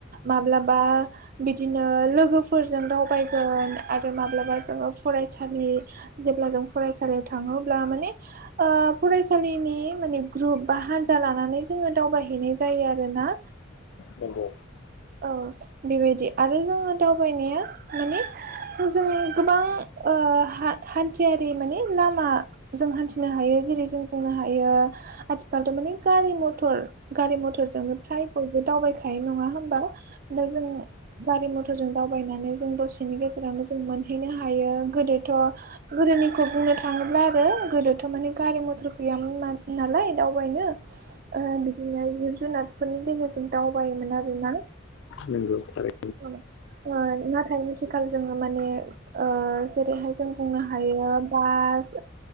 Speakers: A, on the right (about 45°); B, on the left (about 65°).
A: माब्लाबा बिदिनो लोगोफोरजों दावबायगोन आरो माब्लाबा जोङो फरायसालि जेब्ला जों फरायसालियाव थाङोब्ला माने ओ फरायसालिनि माने ग्रुप बा हान्जा लानानै जोङो दावबायहैनाय जायो आरोना।
B: नंगौ।
A: औ बेबायदि आरो जोङो दावबायनाया माने खौ जोंनि गोबां ओ हा-हान्थियारि लाम मा जों हान्थिनो हायो। जेरै जों बुंनो हायो आथिखालथ' माने गारि मथर गारि मथरजोंनो फ्राय बयबो दावबायखायो नङा होमबा। दा जों गारि मथरजों दावबायनानै जों दसेनि गेजेरावनो जों मोन हैनो हायो। गोदोथ' गोदोनिखौ बुंनो थाङोब्ला आरो गोदोथ' माने गारि मथर गैयामोन ना-नालाय दावबायनो। ओ बिदिनो जिब जुनारफोरनि गेजेरजों दावबायोमोन आरो ना।
B: नोंगौ थारै
A: खौ ओ नाथाय आथिखाल जोङो माने ओ जेरैहाय जों बुंनो हाय हायो बास